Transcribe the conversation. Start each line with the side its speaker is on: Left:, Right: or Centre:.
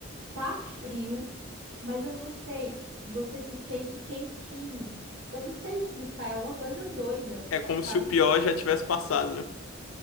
Right: tá frio, mas eu não sei, você se sente quentinho. Eu não sei explicar, é uma coisa doida,
Left: É como
Right: sabe?
Left: se o pior já tivesse passado, né?